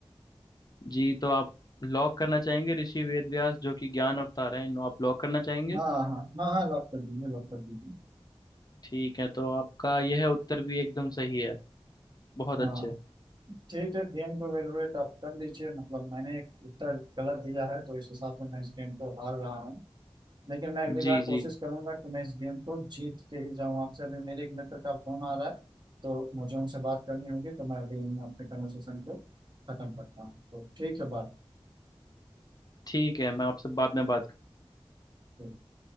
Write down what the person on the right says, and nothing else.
हाँ हाँ हाँ हाँ लॉक कर दीजिए लॉक कर दीजिए
हाँ ठीक है गेम को इवेलुएट आप कर लीजिए मतलब मैंने एक उत्तर गलत दिया है तो इस हिसाब से मैं इस गेम को हार रहा हूँ लेकिन मैं अगली बार
कोशिश
करूंगा कि मैं इस गेम को जीत के ही जाऊं आपसे अभी मेरे एक मित्र का फोन आ रहा है तो मुझे उनसे बात करनी होगी तो मैं अभी इन अपने कन्वर्सेशन को खत्म करता हूँ तो ठीक है
बात